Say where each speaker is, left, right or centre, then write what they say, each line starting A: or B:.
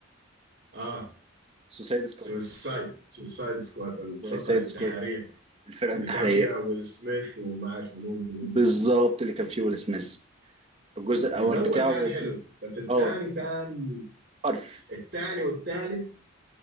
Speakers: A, on the right; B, on the right.
A: آه.
B: سوسايد سكواد
A: سويسايد سويسايد سكواد الفرقة
B: سوسايد
A: الانتحارية
B: سكواد الفرقة
A: اللي
B: الانتحارية
A: كان فيها ويل سميث وما عارف منو منو
B: بالظبط
A: منو
B: اللي كان فيه ويل سميث الجزء
A: مم.
B: الأول
A: الأول
B: بتاعه
A: كان
B: والت-
A: حلو بس الثاني
B: اه
A: كان
B: حرف
A: الثاني والثالث